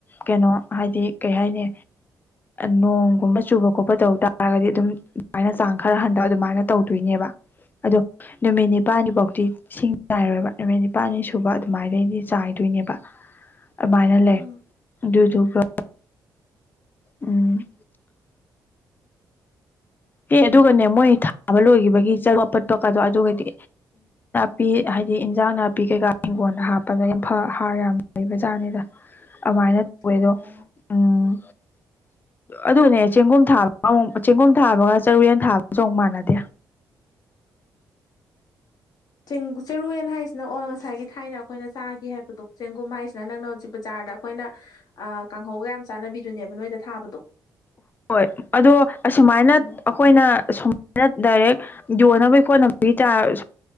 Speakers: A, on the left; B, on the left.
A: ꯀꯩꯅꯣ ꯍꯥꯏꯗꯤ ꯀꯩ ꯍꯥꯏꯅꯤ ꯅꯣꯡꯒꯨꯝꯕ ꯆꯨꯕ ꯈꯣꯠꯄ ꯇꯧ ꯇꯥꯔꯒꯗꯤ ꯑꯗꯨꯝ ꯑꯗꯨꯃꯥꯏꯅ ꯆꯥꯡ ꯈꯔ ꯍꯟꯊꯕ ꯑꯗꯨꯃꯥꯏꯅ ꯇꯧꯗꯣꯏꯅꯦꯕ ꯑꯗꯣ ꯅꯨꯃꯤꯠ ꯅꯤꯄꯥꯜꯅꯤꯐꯥꯎꯗꯤ ꯏꯁꯤꯡ ꯆꯥꯏꯔꯣꯏꯕ ꯅꯨꯃꯤꯠ ꯅꯤꯄꯥꯜꯅꯤ ꯁꯨꯕ ꯑꯗꯨꯃꯥꯏꯗꯩꯗꯤ ꯆꯥꯏꯗꯣꯏꯅꯦꯕ ꯑꯗꯨꯃꯥꯏꯅ ꯂꯩ
B: ꯎꯝ
A: ꯑꯗꯨꯗꯨꯒ ꯎꯝ꯫ ꯑꯦ ꯑꯗꯨꯒꯅꯦ ꯃꯣꯏ ꯊꯥꯕ ꯂꯣꯏꯈꯤꯕꯒꯤ ꯆꯔꯨ <unintelligible> ꯑꯄꯠꯄꯀꯗꯣ ꯑꯗꯨꯒꯗꯤ ꯄꯤ ꯍꯥꯏꯗꯤ ꯏꯟꯖꯥꯡ ꯅꯥꯄꯤ ꯀꯩꯀꯥ ꯍꯤꯡꯒꯣꯜꯗ ꯍꯥꯞꯄꯗ ꯌꯥꯝ ꯐ ꯍꯥꯔ ꯌꯥꯝ ꯂꯩꯕꯖꯥꯠꯅꯤꯗ꯫ ꯑꯃꯥꯏꯅ ꯑ‌‌ꯣꯏ
B: ꯑꯣ
A: ꯑꯗꯣ ꯎꯝ꯫ ꯑꯗꯨꯅꯦ ꯆꯦꯡꯒꯨꯝ ꯊꯥꯕꯒ ꯑꯃꯨꯛ ꯆꯦꯡꯒꯨꯝ ꯊꯥꯕꯒ ꯆꯔꯨꯌꯦꯟ ꯊꯥꯕꯒꯁꯨ ꯑꯃꯨꯛ ꯃꯥꯟꯅꯗꯦ꯫
B: ꯆꯦꯡ ꯆꯥꯔꯨꯌꯦꯟ ꯍꯥꯏꯁꯤꯅ ꯑꯣ ꯉꯁꯥꯏꯒꯤ ꯊꯥꯏꯅ ꯑꯈꯣꯏꯅ ꯆꯥꯤꯒ ꯍꯥꯏꯕꯗꯣ ꯆꯦꯡꯒꯨꯝ ꯍꯥꯏꯁꯤꯅ ꯅꯪꯅ ꯍꯧꯖꯤꯛ ꯕꯖꯥꯔꯗ ꯈꯣꯏꯅ ꯑ ꯀꯥꯡꯍꯧꯒ ꯌꯥꯝ ꯆꯥꯅꯕꯤꯗꯨꯅꯦꯕ ꯅꯣꯏꯗ ꯊꯥꯕꯗꯣ꯫
A: ꯍꯣꯏ ꯑꯗꯣ ꯑꯁꯨꯃꯥꯏꯅ꯫
B: ꯎꯝ
A: ꯑꯈꯣꯏꯅ ꯁꯨꯃꯥꯏꯅ ꯗꯥꯏꯔꯦꯛ ꯌꯣꯟꯅꯕꯒꯤ ꯈꯣꯠꯅꯕꯒꯤ ꯆꯥꯔ